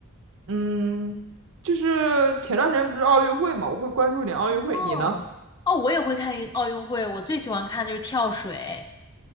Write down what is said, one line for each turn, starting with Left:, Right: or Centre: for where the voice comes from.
Right: 嗯，就是前段时间不是奥运会嘛，我会关注点奥运会。
Left: 哦，
Right: 你呢？
Left: 哦，我也会看运奥运会，我最喜欢看的就是跳水。